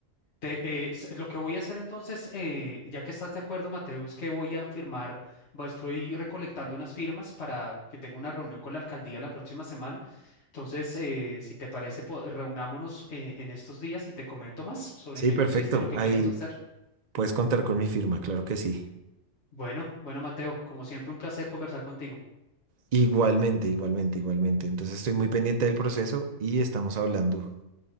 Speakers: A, on the left; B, on the right.
A: Te- eh, s- lo que voy a hacer entonces, eh, ya que estás de acuerdo, Mateo, es que voy a firmar, va- estoy recolectando unas firmas para que tenga una reunión con la alcaldía la próxima semana. Entonces, eh, si te parece, po- reunámonos eh, en estos días y te comento más sobre
B: Sí,
A: en qué
B: perfecto.
A: consiste lo que
B: Ahí
A: queremos hacer.
B: puedes contar con mi firma, claro que sí.
A: Bueno, bueno, Mateo, como siempre, un placer conversar contigo.
B: Igualmente, igualmente, igualmente. Entonces estoy muy pendiente del proceso y estamos hablando